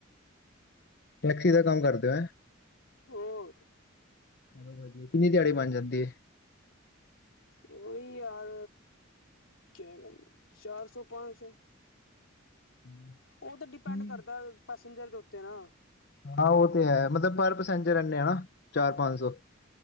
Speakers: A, on the left (about 55°); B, on the left (about 70°).
A: ਟੈਕਸੀ ਦਾ ਕੰਮ ਕਰਦੇ ਹੋ। ਹੈ
B: ਹੋਰ
A: ਚਲੋ ਵਧੀਆ, ਕਿੰਨੀ ਦਿਹਾੜੀ ਬਣ ਜਾਂਦੀ ਹੈ।
B: ਉਹੀ ਯਾਰ ਕਿਆ ਕਹਿੰਦੇ ਚਾਰ ਸੌ, ਪੰਜ ਸੌ।
A: ਹਮ,
B: ਉਹ ਤੇ ਡਿਪੈਂਡ
A: ਠੀਕ।
B: ਕਰਦਾ ਬਸ ਦਿਲ ਦੇ ਉੱਤੇ ਆ।
A: ਹਾਂ ਉਹ ਤੇ ਹੈ ਮਤਲਬ ਪਰ ਪੈਸੇਜਰ ਇਨੇ ਆ ਚਾਰ, ਪੰਜ ਸੌ।